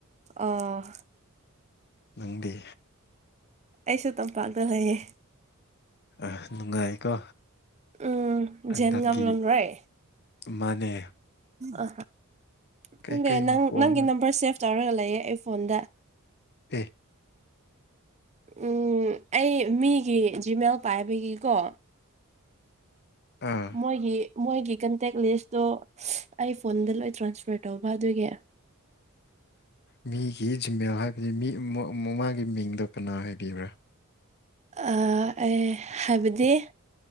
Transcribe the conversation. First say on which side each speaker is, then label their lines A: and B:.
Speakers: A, on the right; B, on the left.
A: ꯑꯣ
B: ꯅꯪꯗꯤ
A: ꯑꯩꯁꯨ ꯇꯝꯄꯥꯛꯇꯥ ꯂꯩꯌꯦ
B: ꯑ ꯅꯨꯡꯉꯥꯏꯀꯣ
A: ꯎꯝ
B: ꯍꯟꯗꯛꯀꯤ
A: ꯖꯦꯟꯒꯝ ꯂꯣꯡꯔꯣꯏ
B: ꯃꯥꯅꯦ
A: ꯑ
B: ꯀꯩꯀꯩ
A: ꯈꯪꯗꯦ ꯅꯪ
B: ꯃꯈꯣꯟꯅꯣ
A: ꯅꯪꯒꯤ ꯅꯝꯕꯔ ꯁꯦꯚ ꯇꯧꯔꯒ ꯂꯩꯌꯦ ꯑꯩ ꯐꯣꯟꯗ
B: ꯑꯦ
A: ꯎꯝ ꯑꯩ ꯃꯤꯒꯤ ꯖꯤꯃꯦꯜ ꯄꯥꯏꯕꯒꯤꯀꯣ
B: ꯑꯥ
A: ꯃꯣꯏꯒꯤ ꯃꯣꯏꯒꯤ ꯀꯟꯇꯦꯛ ꯂꯤꯁꯇꯣ ꯑꯩ ꯐꯣꯟꯗ ꯂꯣꯏ ꯇ꯭ꯔꯥꯟꯁꯐꯔ ꯇꯧꯕ ꯑꯗꯨꯒꯤ
B: <unintelligible> ꯃꯤꯒꯤ ꯖꯤꯃꯦꯜ ꯍꯥꯏꯕꯗꯤ ꯃꯤ ꯃꯥꯒꯤ ꯃꯤꯡꯗꯣ ꯀꯅꯥ ꯍꯥꯏꯕꯤꯕ꯭ꯔꯥ
A: ꯥꯑꯥ ꯑꯦ ꯍꯥꯏꯕꯗꯤ